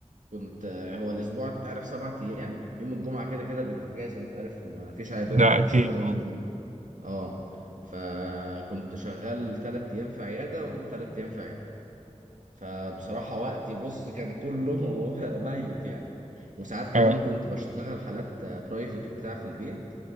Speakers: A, on the right; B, on the right.
A: كنت آه، هو الاسبوع انت عارف سبعة ايام يوم الجمعه كده كده بيبقى اجازه انت عارف ما فيش عيادات
B: ده
A: بتبقى
B: اكيد
A: شغاله
B: اه
A: يوم الجمعه اه فكنت شغال ثلاث ايام في عياده وثلاث ايام في عياده فبصراحة وقتي بص كان كله <laughs> ميت يعني وساعات كمان
B: اه
A: كنت بشتغل حالات برايفت وبتاع في البيت